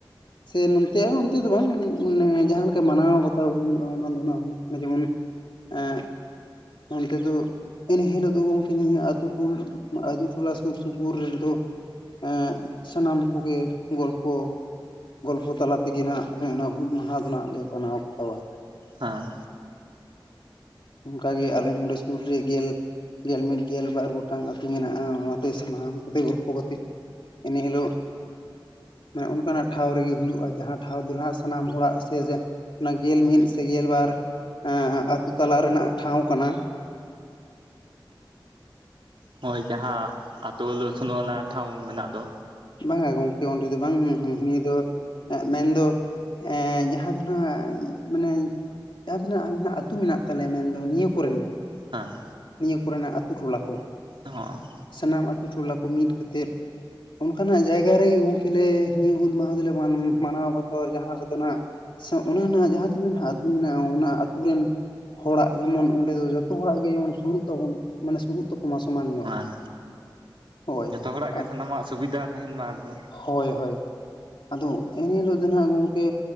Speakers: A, on the left; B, on the right.
A: ᱥᱮ ᱱᱚᱱᱛᱮ ᱦᱚᱸ ᱚᱱᱛᱮ ᱫᱚ ᱵᱟᱝ ᱢᱟᱱᱮ ᱡᱟᱦᱟᱸ ᱞᱮᱠᱟ ᱢᱟᱱᱟᱣ ᱵᱟᱛ ᱟᱹᱣ ᱦᱩᱭᱩᱜᱼᱟ ᱚᱱᱟ ᱫᱚᱱᱟᱝ ᱡᱮᱢᱚᱱ ᱮᱸ ᱚᱱᱛᱮ ᱫᱚ ᱤᱱ ᱦᱤᱞᱳᱜ ᱫᱚ ᱜᱚᱝᱠᱮ ᱱᱤᱭᱟᱹ ᱟᱛᱩ ᱴᱩᱞ ᱟᱛᱩ ᱴᱚᱞᱟ ᱥᱩᱨ ᱥᱩᱯᱩᱨ ᱨᱮᱱᱫᱚ ᱮᱸ ᱥᱟᱱᱟᱢ ᱠᱚᱜᱮ ᱜᱚᱞᱯᱚ᱾ ᱜᱚᱞᱯᱷᱚ ᱛᱟᱞᱟ ᱛᱮᱜᱮ ᱱᱟᱦᱟᱸᱜ ᱦᱮᱸ ᱚᱱᱟ ᱦᱩᱞ ᱢᱟᱦᱟ ᱫᱚ ᱱᱟᱦᱟᱸᱜ ᱞᱮ ᱢᱟᱱᱟᱣ ᱵᱟᱛᱟᱣᱟ᱾
B: ᱦᱮᱸ
A: ᱚᱱᱠᱟᱜᱮ ᱟᱞᱮ ᱱᱚᱸᱰᱮ ᱥᱩᱨ ᱨᱮ ᱜᱮᱞ ᱜᱮᱞ ᱢᱤᱫ ᱜᱮᱞ ᱵᱟᱨ ᱜᱚᱴᱟᱝ ᱟᱹᱛᱩ ᱢᱮᱱᱟᱜᱼᱟ, ᱚᱱᱟᱛᱮ ᱥᱟᱱᱟᱢ ᱠᱚᱛᱮ ᱜᱚᱞᱯᱷᱚ ᱠᱟᱛᱮᱫ ᱮᱱᱮ ᱦᱤᱞᱳᱜ ᱢᱟᱱᱮ ᱚᱱᱠᱟᱱᱟᱜ ᱴᱷᱟᱶ ᱨᱮᱜᱮ ᱦᱩᱭᱩᱜᱼᱟ ᱡᱟᱦᱟᱸ ᱴᱷᱟᱶ ᱫᱚ ᱱᱟᱦᱟᱸᱜ ᱥᱟᱱᱟᱢ ᱚᱲᱟᱜ ᱥᱮ ᱡᱮᱸ ᱚᱱᱟ ᱜᱮᱞ ᱢᱤᱫ ᱥᱮ ᱜᱮᱞ ᱵᱟᱨ ᱮᱸ ᱟᱹᱛᱩ ᱛᱟᱞᱟ ᱨᱮᱱᱟᱜ ᱴᱷᱟᱶ ᱠᱟᱱᱟ᱾
B: ᱦᱳᱭ ᱡᱟᱦᱟᱸ ᱟᱹᱛᱩ ᱞᱩᱥᱩᱱ ᱣᱟᱞᱟ ᱴᱷᱟᱶ ᱢᱮᱱᱟᱜ ᱫᱚ
A: ᱵᱟᱝᱟ ᱜᱚᱢᱠᱮ ᱚᱸᱰᱮ ᱫᱚ ᱵᱟᱝ ᱱᱤᱭᱟᱹ ᱫᱚ ᱮᱸ ᱢᱮᱱᱫᱚ ᱮᱸ ᱡᱟᱦᱟᱸ ᱫᱷᱚ ᱱᱟᱦᱟᱸᱜ ᱢᱟᱱᱮ ᱡᱟᱦᱟᱸ ᱛᱤᱱᱟᱹᱜ ᱟᱞᱮᱱᱦᱟᱸᱜ ᱟᱹᱛᱩ ᱢᱮᱱᱟᱜ ᱛᱟᱞᱮ ᱢᱮᱱᱫᱚ ᱱᱤᱭᱟᱹ ᱠᱚᱨᱮᱱ
B: ᱦᱮᱸ
A: ᱱᱤᱭᱟᱹ ᱠᱚᱨᱮᱱᱟᱜ ᱟᱹᱛᱩ ᱴᱚᱞᱟ ᱠᱚ
B: ᱚᱸᱦᱚᱸ <unintelligible>
A: ᱥᱟᱱᱟᱢ ᱟᱹᱛᱩ ᱴᱚᱞᱟ ᱠᱚ ᱢᱤᱫ ᱠᱟᱛᱮᱫ ᱚᱱᱠᱟᱱᱟᱜ ᱡᱟᱭᱜᱟ ᱨᱮᱜᱮ ᱜᱚᱝᱠᱮ ᱞᱮ ᱱᱤᱭᱟᱹ ᱦᱩᱞ ᱢᱟᱦᱟ ᱫᱚᱞᱮ ᱢᱟᱱᱟᱣ ᱵᱟᱛᱟᱣᱟ ᱡᱟᱦᱟᱸ ᱨᱮᱫᱚ ᱱᱟᱦᱟᱸᱜ? ᱥᱮᱸ ᱚᱱᱮ ᱚᱱᱟ ᱡᱟᱦᱟᱸ ᱛᱤᱱᱟᱹᱜ ᱱᱟᱦᱟᱸᱜ ᱟᱹᱛᱩ ᱢᱮᱱᱟᱜᱼᱟ ᱚᱱᱟ ᱟᱹᱛᱩ ᱨᱮᱱ ᱦᱚᱲᱟᱜ ᱡᱮᱢᱚᱱ ᱚᱸᱰᱮ ᱫᱚ ᱡᱚᱛᱚ ᱦᱚᱲᱟᱜ ᱜᱮ ᱮᱢᱚᱱ ᱥᱩᱨᱩᱜ ᱛᱟᱵᱚᱱ ᱢᱟᱱᱮ ᱥᱩᱨᱩᱜ ᱛᱟᱠᱚ ᱢᱟ ᱥᱚᱢᱟᱱ ᱧᱚᱜ
B: ᱦᱮᱸ
A: ᱦᱳᱭ
B: ᱡᱚᱛᱚ ᱦᱚᱲᱟᱜ
A: ᱟᱨ
B: ᱜᱮ ᱥᱟᱱᱟᱢᱟᱜ ᱥᱩᱵᱤᱫᱷᱟ ᱢᱟ ᱟᱨᱠᱤ
A: ᱦᱳᱭ ᱦᱳᱭ ᱟᱫᱚ ᱩᱱᱦᱤᱞᱳᱜ ᱫᱚ ᱱᱟᱦᱟᱸᱜ ᱜᱚᱝᱠᱮ